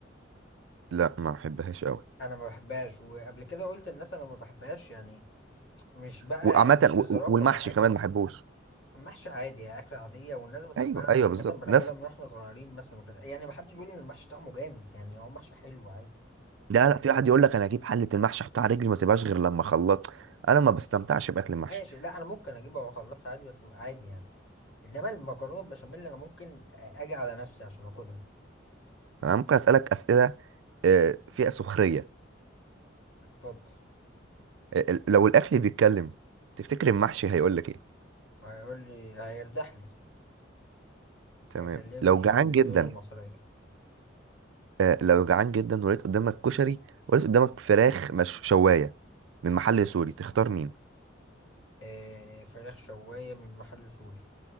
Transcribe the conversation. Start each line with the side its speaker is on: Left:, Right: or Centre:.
Right: لا ما احبهاش قوي
Left: انا ما بحبهاش وقبل كده قلت للناس انا ما بحبهاش يعني مش بقى
Right: وعامه
Left: استظراف
Right: و- و- والمحشي
Left: ولا حاجه
Right: كمان ما احبوش
Left: محشي عادي يعني اكله عاديه والناس بتحبها
Right: ايوه
Left: عشان
Right: ايوه بالظبط
Left: مثلا بناكلها
Right: ناس
Left: من واحنا صغيرين مثلا وكده يعني ما حدش بيقول ان المحشي طعمه جامد يعني هو محشي حلو عادي
Right: لا لا في واحد يقول لك انا اجيب حله المحشي احطها على رجلي ما اسيبهاش غير لما اخلط انا ما بستمتعش باكل المحشي
Left: ماشي لا انا ممكن اجيبها واخلصها عادي بس عادي يعني انما المكرونه البشاميل انا ممكن اجي على نفسي عشان اكلها
Right: انا ممكن اسالك اسئله آه، فيها سخريه
Left: اتفضل
Right: آه، ال- لو الاكل بيتكلم تفتكر المحشي هيقول لك ايه
Left: هيقول لي هيرتاح لي
Right: تمام
Left: هيكلمني
Right: لو جعان
Left: باللغه
Right: جدا
Left: المصريه
Right: آه، لو جعان جدا ولقيت قدامك كشري ولقيت قدامك فراخ مش شوايه من محل سوري تختار مين
Left: إيه فراخ شوايه من محل سوري